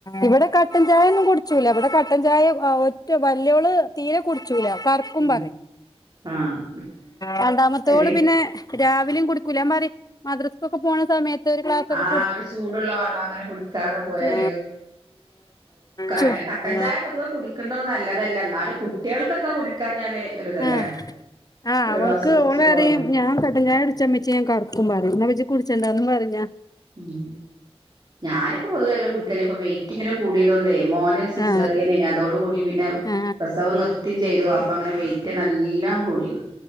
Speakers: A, on the left; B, on the right.
A: ഇവിടെ കട്ടൻ ചായൊന്നും കുട്ച്ചൂല ഇവിടെ കട്ടൻ ചായ ഒറ്റ വല്യോള് തീരെ കുടിച്ചൂല കാരണം ക്കുംമ്പറി
B: ഉം ആഹ്
A: രണ്ടാമത്തോള്
B: അല്ലെ
A: പിന്നെ രാവിലും കുടുക്കൂലമ്പറിം മദ്രസ്ക്കൊക്കെ പോണ സമയത്ത് ഒരു ക്ലാസൊക്കെ
B: ആഹ് ഒരു ചൂടുള്ള വള്ളംങ്ങനെ കുടിക്കാതെ പോയാലെ
A: ചു ചു
B: അല്ല കട്ടൻചായ
A: ആ
B: പൊതുവെ കുടിക്കേണ്ടത് നല്ലതല്ല ന്നാലും കുട്ടേൾക്കൊക്കെ കുടിക്കാഞ്ഞാല് ഒരിതല്ലേ
A: ആഹ് ആഹ്
B: ഒരു
A: അവൾക്ക്
B: ഗ്ലാസ് കുടിച്ച്
A: അവ്ളറിം
B: പോകാൻ
A: ഞാൻ കട്ടഞ്ചായൊട്ച്ച മ്മച്ചേഞാ കറക്കും പറിം എന്നാപജ് കുടിച്ചണ്ടാന്ന് പറിഞ്ഞ
B: ഉം ഞാനിപ്പോ പൊതുവേങ്ങ കുട്ക്കലൊക്കെ വെയ്റ്റ്ങ്ങനെ കൂടിയതോണ്ടേ മോന് സിസേറിയനേനി
A: ആ
B: അതോടുകൂടി പിന്നെ
A: ആ
B: പ്രസവം നിർത്തിം ചെയ്തു അപ്പൊങ്ങനെ വെയിറ്റ് നല്ല കൂടിണ്